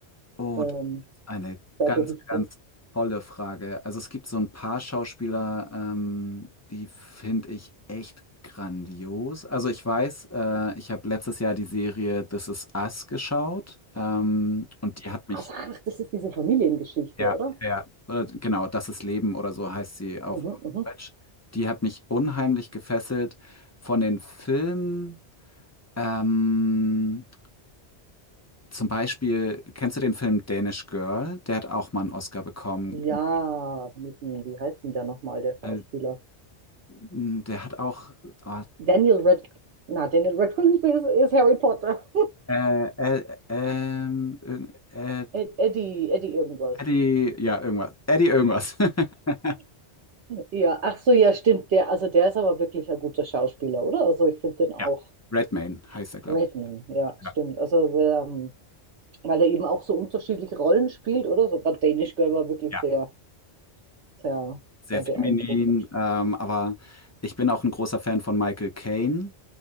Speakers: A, on the left; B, on the right.
A: Oh,
B: ähm,
A: das ist eine
B: da
A: ganz,
B: gewichtest.
A: ganz tolle Frage. Also es gibt so ein paar Schauspieler, ähm, die finde ich echt grandios. Also ich weiß, äh, ich habe letztes Jahr die Serie This Is Us geschaut, ähm, und die hat mich
B: Also, ach, das ist diese Familiengeschichte,
A: Ja,
B: oder?
A: ja, ja. oder genau, Das ist Leben oder so heißt sie auf
B: Mhm, mhm.
A: Deutsch. Die hat mich unheimlich gefesselt von den Filmen. Ähm, zum Beispiel, kennst du den Film Danish Girl? Der hat auch mal einen Oscar bekommen.
B: Ja, mit, dem- wie heißt denn der nochmal, der Schauspieler?
A: Äh, Der hat auch ah,
B: Daniel Radcliffe, na, Daniel Radcliffe ist, ist Harry Potter.
A: äh, äh, ähm, irgend- äh,
B: <laughs> Ed- Eddie, Eddie irgendwas.
A: Eddie, ja, irgendwas. Eddie irgendwas. <laughs>
B: Ja, ach so, ja, stimmt. Der, also der ist aber wirklich ein guter Schauspieler, oder? Also ich finde den auch
A: Ja, Redmayne heißt er, glaube
B: Redman,
A: ich.
B: ja,
A: Ja,
B: stimmt. Also ähm, weil er eben auch so unterschiedliche Rollen spielt, oder? Sogar Danish Girl war wirklich
A: ja,
B: sehr, sehr,
A: sehr
B: sehr
A: feminin,
B: beeindruckend.
A: ähm, aber ich bin auch ein großer Fan von Michael Caine.